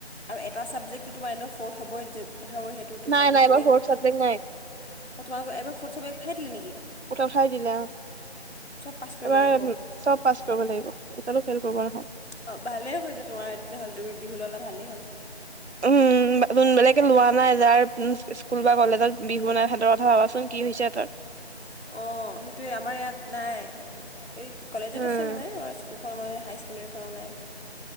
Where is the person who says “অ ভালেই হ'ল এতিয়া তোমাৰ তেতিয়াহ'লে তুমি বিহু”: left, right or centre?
Left